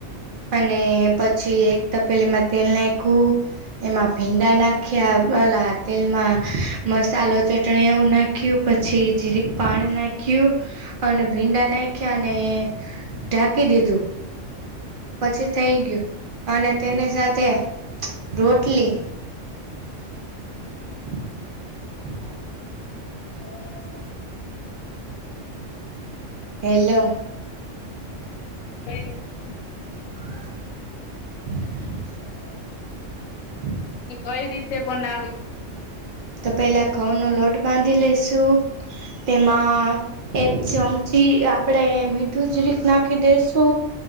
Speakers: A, on the right; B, on the left.
A: અને પ પછી એક તપેલી મા તેલ નાખ્યું એમાં ભીંડા નાખ્યા અલા તેલમાં મસાલો ચટણી નાખ્યું પછી જેરિક પાણી નાખ્યું અને ભીંડા નાખ્યા અને ઢાંકી દીધું પછી થઈ ગયું અને તેની સાથે રોટલી <inaudible> હેલો
B: <inaudible>
A: <inaudible>
B: કઈ રીતે બનાવી?
A: તો પેલા ઘઉં નો લોટ બાંધી લેશુ તેમાં એક ચમચી આપણેે મીઠું જરીક નાખી દેસુ.